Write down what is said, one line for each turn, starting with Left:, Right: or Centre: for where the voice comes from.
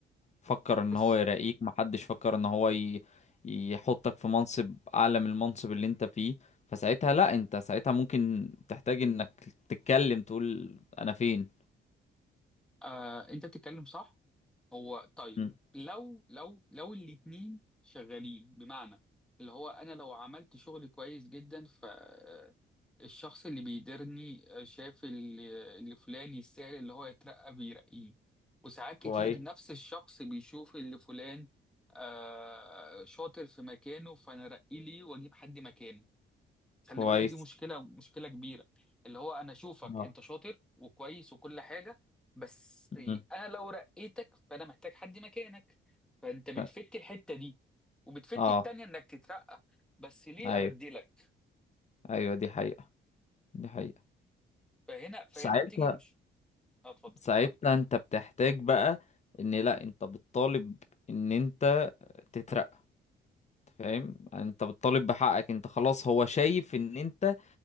Left: فكر ان
Centre: بس
Left: هو يراقيك محدش فكر ان هو ي... يحطك في منصب اعلى من المنصب اللي انت فيه فساعتها لا انت ساعتها ممكن تحتاج انك تتكلم تقول انا فين
Centre: آه انت بتتكلم صح هو طيب
Left: مم.
Centre: لو لو لو الاتنين شغالين بمعنى اللي هو انا لو عملت شغل كويس جدا ف آه، الشخص اللي بيديرني آه، شاف اللي اللي فلان يستاهل اللي هو يترقى بيرقيه وساعات
Left: كويس
Centre: كتير نفس الشخص بيشوف اللي فلان آه شاطر في مكانه فانا ارقيه ليه واجيب حد مكانه خلي
Left: كويس
Centre: بالك دي مشكلة مشكلة كبيرة اللي هو أنا أشوفك
Left: اه
Centre: أنت شاطر وكويس وكل حاجة بس
Left: مم.
Centre: أنا لو رقيتك فأنا محتاج حد مكانك فأنت بتفت
Left: ف-
Centre: الحتة دي وبتفت
Left: اه
Centre: التانية إنك تترقى بس ليه
Left: ايوه
Centre: أبدلك
Left: ايوه دي حقيقة دي حقيقة
Centre: فهنا فهنا
Left: ساعتها
Centre: بتيجي مش آه، أتفضل
Left: ساعتها انت بتحتاج بقى ان لا انت بتطالب ان انت تترقى فاهم يعني انت بتطالب بحقك انت خلاص هو شايف ان انت